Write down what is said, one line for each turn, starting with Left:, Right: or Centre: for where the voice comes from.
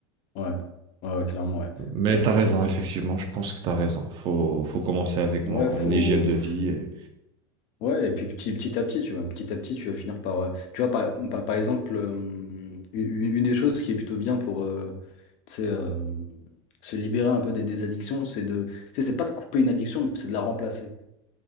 Left: ouais, ouais, ouais, clairement, ouais.
Right: Mais
Left: Ouais,
Right: t'as raison, effectivement, je pense que t'as raison. Faut, faut commencer avec
Left: ouais,
Right: mon
Left: faut.
Right: hygiène de vie. et-
Left: Ouais, et puis petit, petit à petit, tu vois, petit à petit, tu vas finir par, euh, tu vois, par, par, par exemple, euh, une, une des choses qui est plutôt bien pour, euh, tu sais, euh, se libérer un peu des, des addictions, c'est de, tu sais, c'est pas de couper une addiction, mais c'est de la remplacer.